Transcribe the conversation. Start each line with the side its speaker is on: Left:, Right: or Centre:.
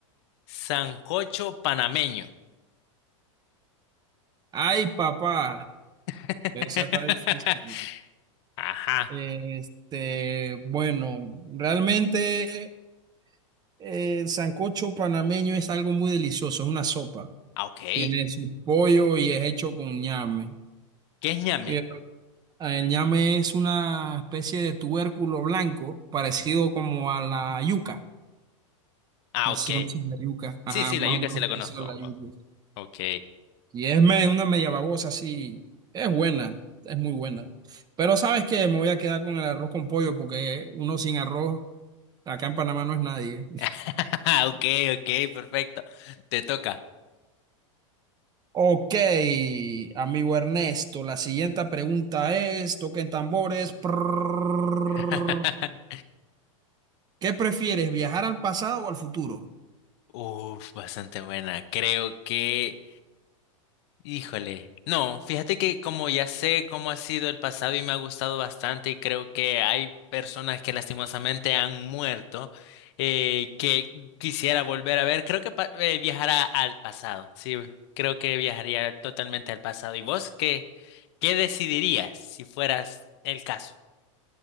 Left: sancocho panameño?
Right: Ay, papá,
Left: <laughs>
Right: esa está difícil.
Left: Ajá,
Right: Este, bueno, realmente eh, el sancocho panameño es algo muy delicioso, es una sopa.
Left: ah, ok. ¿Qué
Right: Tiene su pollo y es hecho con ñame.
Left: es ñame?
Right: Eh, El ñame es una especie de tubérculo blanco parecido como a la yuca.
Left: Ah,
Right: No
Left: ok.
Right: sé si conoces la yuca. Ajá,
Left: Sí, sí,
Right: más
Left: la yuca
Right: o menos
Left: sí la conozco.
Right: parecido a la yuca.
Left: Ok.
Right: Y es me- una media babosa así. Es buena, es muy buena. Pero sabes que me voy a quedar con el arroz con pollo porque uno sin arroz acá en Panamá no es nadie.
Left: <laughs> Ok, ok, perfecto. Te toca.
Right: Ok, amigo Ernesto, la siguiente pregunta es, toquen tambores. Prrrr.
Left: <laughs>
Right: ¿Qué prefieres, viajar al pasado o al futuro?
Left: Uf, bastante buena. Creo que, híjole. No, fíjate que como ya sé cómo ha sido el pasado y me ha gustado bastante y creo que hay personas que lastimosamente han muerto eh, que quisiera volver a ver, creo que pa- eh, viajará al pasado. Sí, creo que viajaría totalmente al pasado. ¿Y vos qué, qué decidirías si fueras el caso?